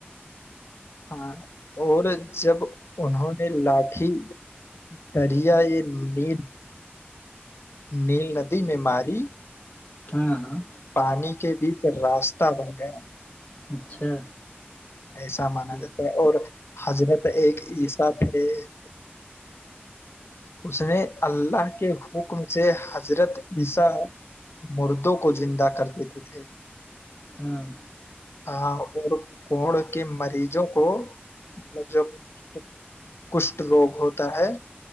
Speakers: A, on the left (about 80°); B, on the left (about 30°).
A: ہاں اور جب انہوں نے لاٹھی دریا یہ نیل نیل ندی میں ماری
B: ہاں ہاں
A: پانی کے بیچ راستہ بن گیا
B: اچھا
A: ایسا مانا
B: ہاں
A: جاتا ہے اور <unintelligible> حضرت ایک عیساے <unintelligible> اس نے اللہ کے حکم سے حضرت عیسیا مردوں کو زندہ کر دیتے تھے <unintelligible>
B: ہاں
A: ہاں کو کون <unintelligible> کہ مریضوں کو <unintelligible> مجھ <unintelligible> کشٹ روگ ہوتا ہے